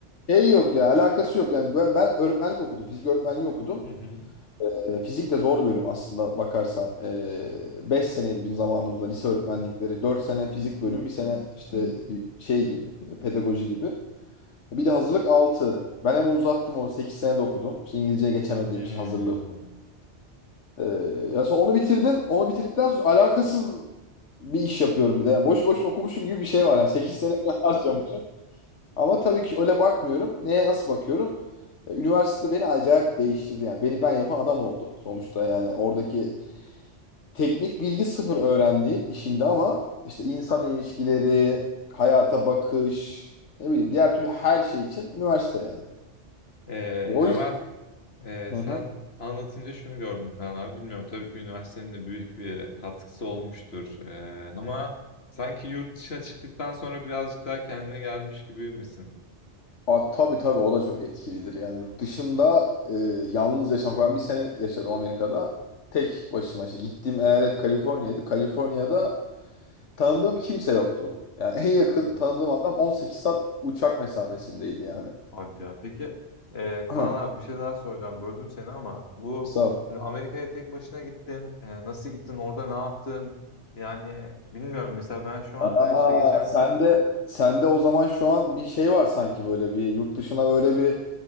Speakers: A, on the left (about 80°); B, on the left (about 60°).
A: şey yok ya alakası yok. Yani ben, ben öğretmenlik okudum. Fizik öğretmenliği okudum.
B: Hı hı.
A: E, Fizik de zor bölüm aslında bakarsan. E, 5 seneydi bizim zamanımızda lise öğretmenlikleri. dört sene fizik bölüm, bir sene işte e, şey gibi, e, pedagoji gibi. Bir de hazırlık altı Ben hem onu uzattım onu 8 sene de okudum. İşte İngilizceye geçemediğim
B: Hmm.
A: için hazırlığı. E, ya sonra onu bitirdim. Onu bitirdikten sonra alakasız bir iş yapıyorum bir de. Yani boş boşuna okumuşum gibi bir şey var. Yani 8 sene <laughs> harcamışım. Ama tabii ki öyle bakmıyorum. Neye nasıl bakıyorum? E, Üniversite beni acayip değiştirdi yani. Beni ben yapan adam oldu sonuçta yani. Oradaki teknik bilgi sıfır öğrendiğim işimde ama işte insan ilişkileri, hayata bakış, ne bileyim diğer türlü her şey için üniversite yani.
B: E,
A: E, o
B: ya
A: yüzden
B: ben Ee,
A: Hı
B: sen
A: hı.
B: anlatınca şunu gördüm Kaan abi. Bilmiyorum tabii ki üniversitenin de büyük bir katkısı olmuştur. Ee, ama sanki yurt dışına çıktıktan sonra birazcık daha kendine gelmiş gibi misin?
A: Aa, tabii tabii o da çok etkilidir yani yurt dışında e, yalnız yaşamak ben bir sene yaşadım Amerika'da tek başıma işte gittiğim eyalet Kaliforniya'ydı Kaliforniya'da tanıdığım kimse yoktu yani en yakın
B: Hmm.
A: tanıdığım adam 18 saat uçak mesafesindeydi yani
B: Hadi ya. Peki e, Kaan
A: <clears throat>
B: abi bir şey daha soracağım. Böldüm seni ama bu
A: Estağfurullah.
B: şimdi Amerika'ya tek başına gittin. E, nasıl gittin? Orada ne yaptın? Yani bilmiyorum. Mesela ben şu anda
A: Aa,
B: işte geçen
A: sen de sen de o zaman şu an bir şey var sanki böyle bir yurt dışına böyle bir